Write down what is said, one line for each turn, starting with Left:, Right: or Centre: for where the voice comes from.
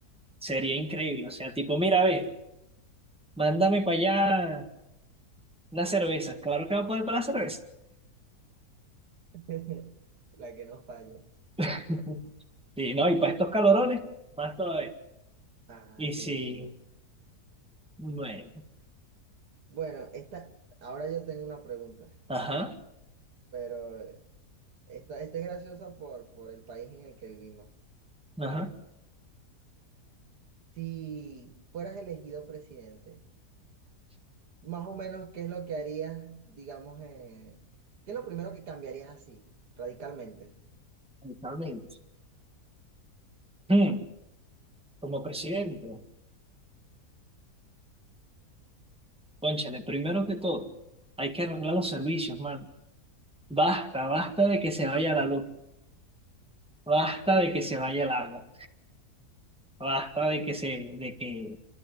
Centre: sería increíble. O sea, tipo, mira, ve, mándame para allá una cerveza. Claro que va a poder para la cerveza.
Right: <laughs> la que no falla.
Centre: <laughs> Sí, no, y para estos calorones, más todavía.
Right: Ah,
Centre: Y
Right: sí.
Centre: si, bueno,
Right: Bueno, esta, ahora yo tengo una pregunta,
Centre: ajá,
Right: pero esta, esta es graciosa por, por el país en el que vivimos.
Centre: ajá.
Right: Si fueras elegido presidente, más o menos, ¿qué es lo que harías, digamos, eh, qué es lo primero que cambiarías así, radicalmente?
Centre: Exactamente. Mm, como presidente, cónchale, primero que todo, hay que arreglar los servicios, mano. Basta, basta de que se vaya la luz, basta de que se vaya el agua, basta de que se, de que